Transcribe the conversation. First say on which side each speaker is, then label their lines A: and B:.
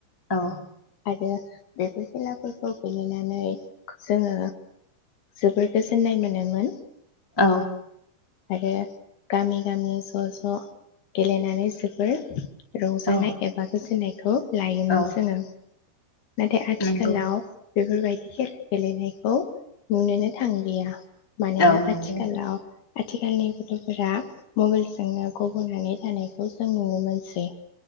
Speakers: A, on the left; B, on the left.
A: औ
B: आरो बेफोर फोरखौ गेलेनानै जोङो जोबोर गोजोननाय मोनोमोन।
A: औ।
B: आरो गामि गामि ज' ज' गेलेनानै जोबोर रंजानाय
A: औ
B: एबा गोजोननाय थ' लायोमोन
A: औ
B: जोङो। नाथाय आथि
A: नंगौ
B: सोलाव बेफोरबायदि खेला गेलेनायखौ नुनोनो थांलिया। मानोना
A: औ नंगौ
B: आथिखालाव आथिखालनि गथ' फोरा मबाइलजोंनो गब'नानै थानायखौ जों नुनो मोनसै।